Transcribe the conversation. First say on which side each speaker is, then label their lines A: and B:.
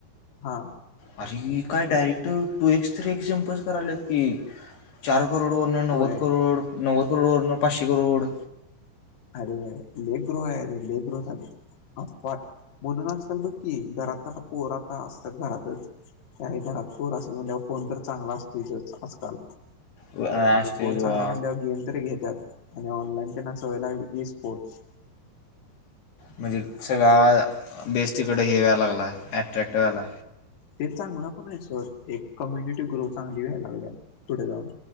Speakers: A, on the left; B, on the left.
A: हा
B: अरे काय डायरेक्ट
A: त्यात
B: टू एक्स ्री एक्झाम्पल्स करालात की चार करोड वन नव्वद
A: होय
B: करोड नव्द करोडवरर पाचशे करोड
A: अरे लेग्रो आहे अरे ले ग्रो चालू अफवाट म्हणून आजकाल बघकी घरात का पोर आता असतात घरातच त्याही घरात कोर असेल म्हणजे फोन तर चांगला असतील आजकाल
B: अं,
A: आणि
B: असते
A: फोन सांगण्या
B: बा
A: म्ह गेम तरी घेतात आणि ऑनलाईन प अस वय लागले की स्पोर्ट्स
B: म्हणजे सगळ्या बेस् तिकड हे वयला लागला अट्रॅक्ट व्हायला.
A: ते चांगला पण आहे स एक कम्युनिटी ग्रो चांगली व लागल्या पुढे जाऊन